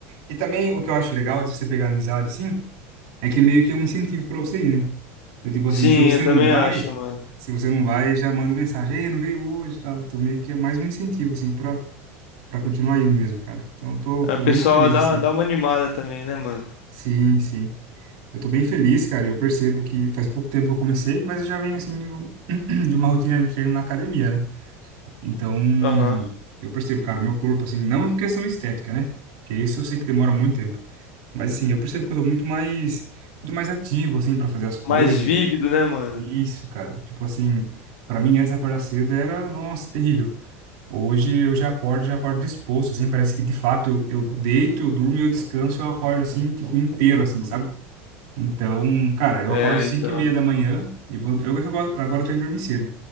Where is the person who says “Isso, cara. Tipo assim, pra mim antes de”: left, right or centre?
Right